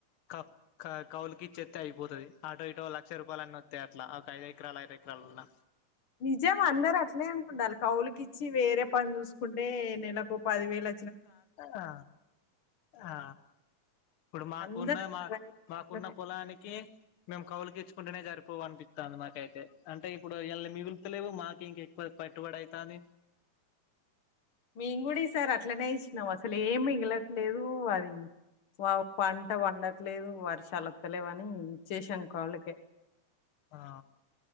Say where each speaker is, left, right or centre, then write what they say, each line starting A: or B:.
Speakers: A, on the left (about 70°); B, on the left (about 50°).
A: క కౌలుకి ఇచ్చ ఎత్తే అయిపోతది ఆటో ఇటో లక్ష రూపాయలన్న వ తయారు ఇట్లా ఒక ఐదు ఎకరాలు ఐదు ఎకరాలున్నా
B: నిజం అందరు అట్లే అనుకుండాలి కౌలుకి ఇచ్చి వేరే పని చూసుకుంటే నెలకు పదివేలు
A: ఆ ఆ ఇప్పుడు మాకున్న
B: అందరూ
A: మా మాకున్న
B: అట్లనే.
A: పొలానికి మేము కౌలుకి ఇచ్చుకుంటేనే సరిపోవ అనిపిత్తంది మాకైతే అంటే ఇప్పుడు ఇళ్ల్ని మిగులుతలే లేవు మాకు ఇంక ఎక్కువ పెట్టుబడయితానే
B: మేము కూడా ఈసారి అట్లనే ఇచ్చినాం అసలు ఏం మిగిలట్లేదు అది వావ్ పంట వండట్లేదు వారు చలత్తలేవని చేసాం కాళ్ళకే
A: ఆ